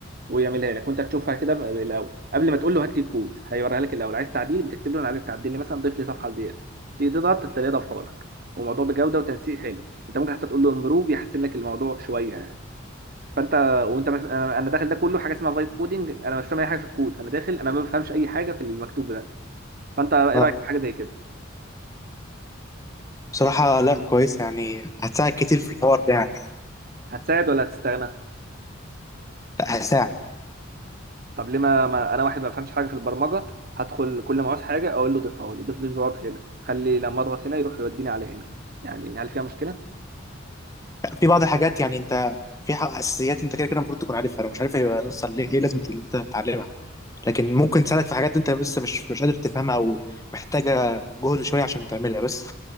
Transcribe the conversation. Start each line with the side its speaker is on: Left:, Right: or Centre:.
Right: ويعملها لك وانت تشوفها كده ب- الاول قبل ما تقول له هات لي الكود هيوريها لك الاول عايز تعديل بتكتب له انا عايزك تعدل لي مثلا ضيف لي صفحه زياده تيجي تضغط تلاقيه ضافها لك وموضوع بجوده وتنسيق حلو انت ممكن حتى تقول له امبروف يحسن لك الموضوع شويه يعني فانت وانت مش... انا أنا داخل ده كله حاجه اسمها فايب كودنج انا مش فاهم اي حاجه في الكود انا داخل انا ما بفهمش اي حاجه في المكتوب ده فانت ايه
Left: اه
Right: رايك في حاجه زي كده
Left: بصراحة لا كويس يعني هتساعد كتير في الحوار ده يعني
Right: هتساعد ولا هتستغنى
Left: لا هتساعد
Right: طب ليه ما... ما انا واحد ما بفهمش حاجه في البرمجه هدخل كل ما عاوز حاجه اقول له ضيفها لي ضيف لي زرار هنا خلي لما اضغط هنا يروح يوديني على هنا يعني هل فيها مشكله
Left: في بعض الحاجات يعني انت في حق اساسيات انت كده كده المفروض تكون عارفها لو مش عارفها يبقى نص ليه, ليه لازم ان انت تتعلمها لكن ممكن تساعدك في حاجات انت لسه مش مش قادر تفهمها او محتاجه جهد شويه عشان تعملها بس